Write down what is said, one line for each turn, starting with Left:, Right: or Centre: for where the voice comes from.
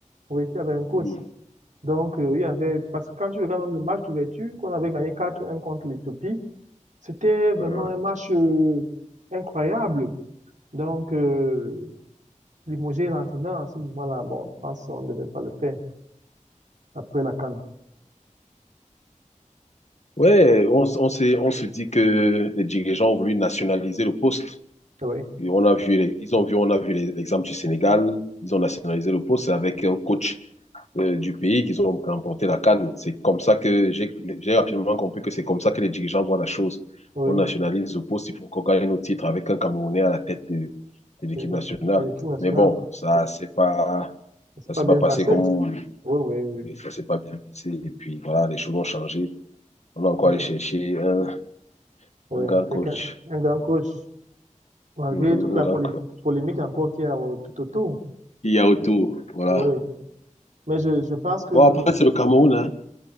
Right: Oui, qui avait un coach.
Left: Mhm.
Right: Donc, euh, il y avait, parce que quand tu regardes même le match d'ouverture, qu'on avait gagné quatre un contre l'Éthiopie, c'était vraiment
Left: Uh-huh.
Right: un match euh, incroyable. Donc, euh, limoger l'entraîneur en ce moment-là, bon, je pense qu'on ne devait pas le faire. après la CAN.
Left: Ouais, on, s- on s'est- on se dit que les dirigeants ont voulu nationaliser le poste.
Right: Oui,
Left: Et on a vu, les- ils ont vu, on a vu l'exemple du Sénégal. Ils ont nationalisé le poste. C'est avec un coach euh, du pays qu'ils ont remporté la CAN. C'est comme ça que j'ai j'ai rapidement compris que c'est comme ça que les dirigeants voient la chose.
Right: oui.
Left: On nationalise le poste, il faut qu'on gagne nos titres avec un Camerounais à la tête de, de l'équipe
Right: Et, et
Left: nationale.
Right: l'équipe nationale,
Left: Mais bon, ça c'est pas
Right: c'est
Left: ça
Right: pas
Left: s'est
Right: bien
Left: pas passé
Right: passé.
Left: comme
Right: Oui, oui, oui.
Left: ça s'est pas bien passé. Et puis voilà, les choses ont changé. On a encore
Right: C'est ça.
Left: allé chercher un,
Right: Oui,
Left: un grand
Right: quelqu'un,
Left: coach,
Right: un grand coach, malgré
Left: Mhm,
Right: toute la
Left: un grand
Right: polé-
Left: coach.
Right: polémique encore qu'il y a au- tout autour.
Left: Il y a autour,
Right: Euh,
Left: voilà.
Right: oui. Mais je, je pense que
Left: Bon,
Right: le,
Left: après, c'est
Right: le-
Left: le Cameroun, hein.